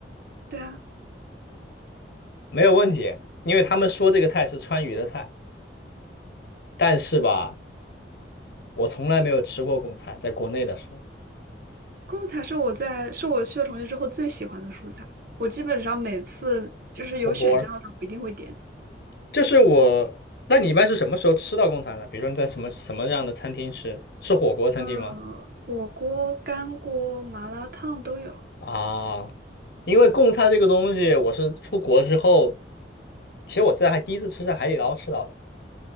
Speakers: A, on the right; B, on the left.
A: 对啊。
B: 没有问题，因为他们说这个菜是川渝的菜，但是吧，我从来没有吃过贡菜，在国内的时候，
A: 贡菜是我在是我去了重庆之后最喜欢的蔬菜，我基本上每次就是有选项的时候，
B: 火锅儿，
A: 我一定会点。
B: 就是我，那你一般是什么时候吃到贡菜呢？比如说你在什么什么样的餐厅吃？是火锅餐厅吗？
A: 呃，火锅、干锅、麻辣烫都有
B: 啊，因为贡菜这个东西，我是出国之后，其实我在还第一次吃在海底捞吃到的。